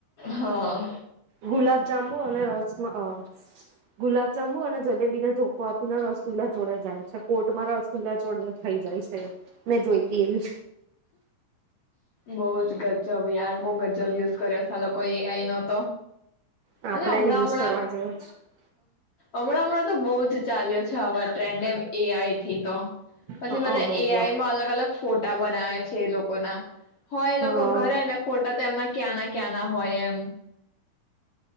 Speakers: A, on the left (about 50°); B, on the right (about 70°).
A: હા
B: ગુલાબ જાંબુ અને રસમાં ગુલાબ જાંબુ અને જલેબીને ધોકો આપીને રસગુલ્લા જોડે જાય છે. કોર્ટ મારાકુલ્લા જોડે થઈ જાય છે. મેં જોઈતી એવી.
A: બહ જ ગજબ યાર બઉ ગજબ યુઝ કર્યો સાલઈ એ આઈ નતો
B: આપડે
A: અને હમણાં
B: યુઝ
A: હમણાં
B: કરવા જેવો છે
A: હમણાં હમણાં તો બહ જ ચાલ્યો ાવા <unintelligible> ટ્રેન્ડ એમ એ આઈ થી તો પછી
B: હ
A: બધા
B: બઉ
A: એ
B: બઉ
A: આઈમાં અલગ અલગ ફોટા બનાવે છે એ લોકોના હ એ
B: હ
A: લોકો ઘરે ને ફોટો તેમ ના ક્યા ના ક્યા ના હોય એમ.